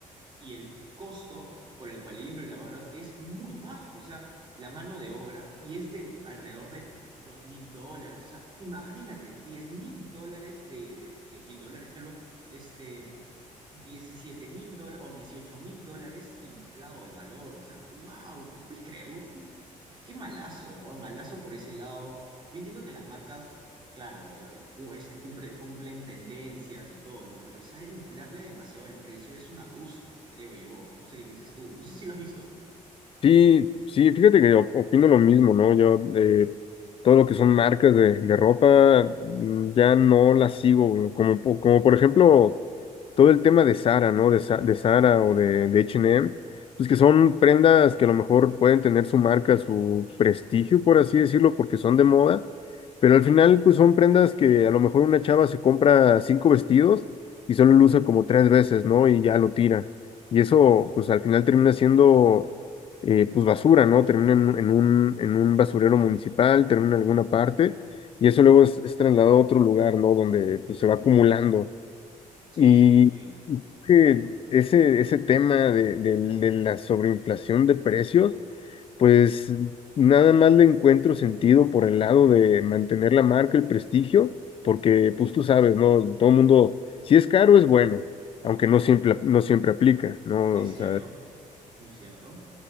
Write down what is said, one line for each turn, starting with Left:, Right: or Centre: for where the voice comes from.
Right: y el costo por el cual ellos lo elaboran es muy bajo, o sea, la mano de obra y es de alrededor de dos mil dólares, o sea, imagínate, diez mil dólares de, de 10 mil dólares, Carlos, este, diecisiete mil dólares o dieciocho mil dólares inflado el valor, o sea, wow, ¿qué puedes creerlo? ¿Qué, Qué malazo, ¿verdad? Malazo por ese lado. Yo entiendo que las marcas, claro, eh, cu- este, cumple- cumplen tendencias y todo, ¿no? Pero, o sea, inflarle demasiado el precio es un abuso, creo yo. No sé qué pienses tú. No sé si lo has visto.
Left: Sí, sí, fíjate que op- opino lo mismo, ¿no? Yo, eh, todo lo que son marcas de, de ropa, mm, ya no las sigo, güey. como, po- como por ejemplo, todo el tema de Zara, ¿no? De, Sa- de Zara o de, de H&M, pues que son prendas que a lo mejor pueden tener su marca, su prestigio, por así decirlo, porque son de moda, pero al final, pues son prendas que a lo mejor una chava se compra cinco vestidos y solo lo usa como tres veces, ¿no? Y ya lo tira. Y eso, pues al final termina siendo eh, pues basura, ¿no? Termina en, un, en un en un basurero municipal, termina en alguna parte, y eso luego es, es trasladado a otro lugar, ¿no? Donde pues, se va acumulando.
Right: Sí,
Left: Y
Right: sí,
Left: que ese, ese tema de, del- de la sobreinflación de precios, pues nada más le encuentro sentido por el lado de mantener la marca, el prestigio, porque pues tú sabes, ¿no? Todo el mundo, si es caro, es bueno, aunque no siempre, no siempre aplica, ¿no?
Right: es
Left: O
Right: cierto,
Left: sea,
Right: es muy cierto,